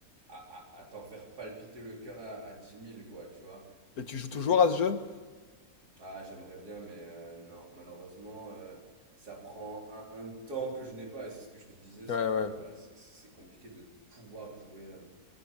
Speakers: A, on the right; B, on the left.
A: à, à, à t'en faire palpiter le cœur à, à 10 000, quoi, tu vois.
B: Et tu
A: C'est.
B: joues toujours à ce jeu?
A: Ah, j'aimerais bien, mais euh, non, malheureusement, euh, ça prend un, un temps que je n'ai pas. Et c'est ce que je te disais, c'est
B: Ouais,
A: que
B: ouais.
A: ouais, c'est c'est- c'est compliqué de pouvoir jouer à